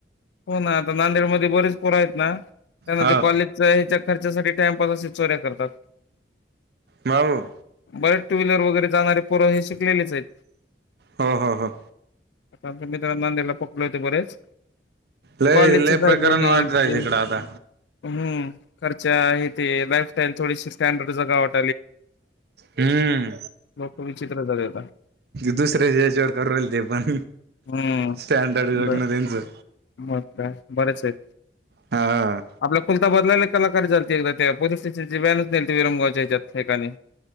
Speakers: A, on the left; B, on the right.
A: हो ना आता नांदेड मध्ये बरीच पोरं आहेत ना त्यांना
B: हो
A: ते कॉलेज ह्याच्या खर्चासाठी टाइमपास असे चोऱ्या करतात.
B: माऊ
A: बरेच टू व्हीलर वगैरे जाणारे पोरं हे शिकलेलेच आहेत.
B: हो हो हो.
A: आता आमच्या मित्र नांदेडला पकडले होते बरेच.
B: लय
A: कॉलेजच्याच
B: लय
A: आहेत
B: प्रकरण
A: मग
B: वाढत आहे
A: ते
B: तिकडं आता
A: हम खर्च आहे ते लाईफस्टाईल थोडीशी स्टँडर्ड जगाव वाटत.
B: हम्म
A: लोक विचित्र झाले आता
B: दुसऱ्या याच्यावर करल ते पण
A: हम्म
B: स्टँडड जगण
A: बर
B: त्यांचं.
A: मग काय बरेच आहेत.
B: हा
A: आपल्या कुलता बदलाला कला ल एकदा त्या पोलीस स्टेशनची व्हॅनच नेलती विरमगावच्या हेचात एकानी.